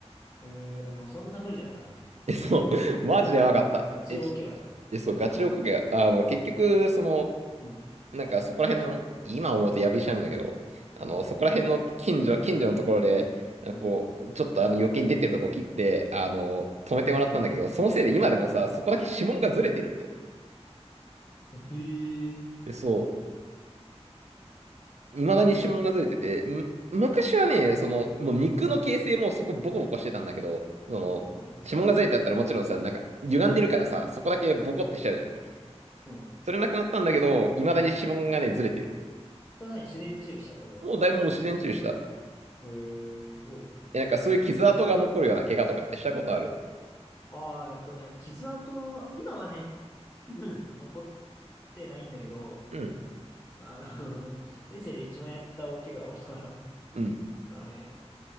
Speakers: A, on the left; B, on the right.
A: えー、まあ、そんな無理だったんだ。
B: え、そう、<laughs> マジでやばかった。
A: ガチ大怪我じゃん。
B: え、ちえ、そう、ガチで追っかけ、あの、結局、その、
A: うん。
B: なんかそこら辺の、今思うとやびしゃんだけど、あの、そこら辺の近所、
A: あ
B: 近所のところで、なんかこう、
A: うん。
B: ちょっとあの余計に出てるとこ切って、あの、止めてもらったんだけど、そのせいで今でもさ、そこだけ指紋がずれてるんだよね。
A: おへえ。
B: で、そう、未だに指紋がずれてて、
A: そんな、
B: む昔はね、その、もう肉の形成もそこボコボコしてたんだけど、その、
A: うん。それは治った。
B: 指紋がずれてあったらもちろんさ、なんか歪んでるからさ、そこだけボコってしちゃうじゃん。
A: うん。
B: それなくなったんだけど、未だに指紋がね、ずれてる。
A: それはね、自然治癒したってこと
B: もうだいぶもう自然治癒した。
A: だへえ、すごいね。
B: え、なんかそういう傷跡が残るような怪我とかってしたことある
A: ああ、えっとね、傷跡は、今はね、<clears throat> うん残ってないんだけど、
B: うん、
A: あの、<laughs> 人生で一番やった大怪我を <laughs>
B: うん。
A: あのね、